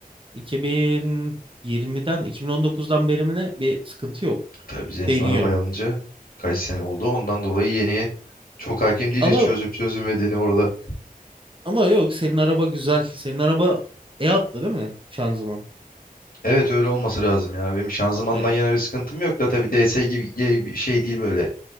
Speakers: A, on the right; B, on the left.
A: 2020'den 2019'dan beri mi ne bir sıkıntı yok
B: Tabii biz en
A: deniyor.
B: son arabayı alınca kaç sene oldu. Ondan dolayı yeniye çok hakim değiliz
A: Ama
B: çözüp çözülmediğini orada.
A: ama yok senin araba güzel. Senin araba E attı değil mi şanzıman?
B: Evet öyle olması lazım ya. Benim şanzımandan
A: E,
B: yana bir sıkıntım yok da tabii DS gibi gibi bir şey değil böyle.